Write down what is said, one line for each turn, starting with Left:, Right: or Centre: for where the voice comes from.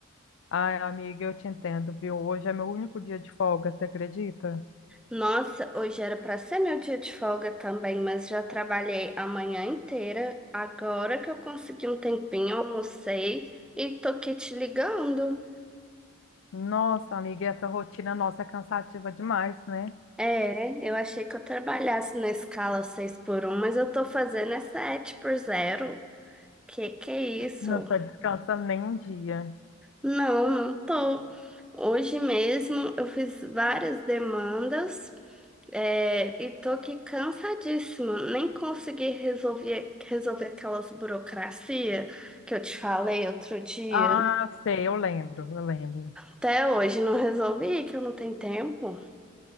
Left: Ai, amiga, eu te entendo, viu? Hoje é meu único dia de folga, você acredita?
Centre: Nossa, hoje era pra ser meu dia de folga também, mas já trabalhei a manhã inteira. Agora que eu consegui um tempinho, almocei e tô aqui te ligando.
Left: Nossa, amiga, essa rotina nossa é cansativa demais, né?
Centre: É, eu achei que eu trabalhasse na escala 6 por um, mas eu tô fazendo é 7 por zero. Que que é isso?
Left: Não tô descansando nem um dia.
Centre: Não, não tô. Hoje mesmo eu fiz várias demandas, é, e tô aqui cansadíssima. Nem consegui resolver, resolver aquelas burocracia que eu te falei outro dia.
Left: Ah, sei, eu lembro, eu lembro.
Centre: Até hoje não resolvi, que eu não tenho tempo.